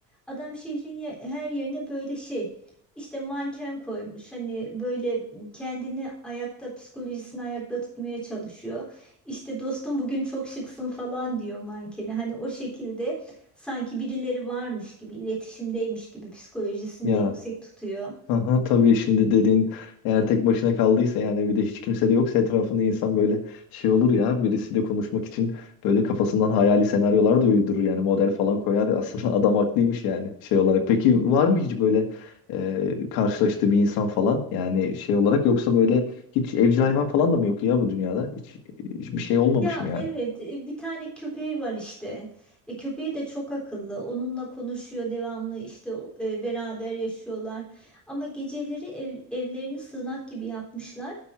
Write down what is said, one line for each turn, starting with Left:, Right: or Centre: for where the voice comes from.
Centre: Adam şehrin ye- her yerine böyle şey işte manken koymuş. Hani böyle kendini ayakta, psikolojisini ayakta tutmaya çalışıyor. İşte dostum bugün çok şıksın falan diyor mankeni. Hani o şekilde sanki birileri varmış gibi, iletişimdeymiş gibi psikolojisini
Left: Ya
Centre: de yüksek tutuyor.
Left: Aha, tabii şimdi dediğin eğer tek başına kaldıysa yani bir de hiç kimse de yoksa etrafında insan böyle şey olur ya birisiyle konuşmak için böyle kafasından hayali senaryolar da uydurur yani model falan koyar <laughs> aslında adam haklıymış yani şey olarak. Peki var mı hiç böyle e, karşılaştığı bir insan falan yani şey olarak yoksa böyle hiç evcil hayvan falan da mı yok ya bu dünyada hiç, hiç bir şey olmamış
Centre: Ya
Left: mı yani?
Centre: evet e, bir tane köpeği var işte. E, köpeği de çok akıllı. Onunla konuşuyor devamlı işte o- e, beraber yaşıyorlar. Ama geceleri ev- evlerini sığınak gibi yapmışlar.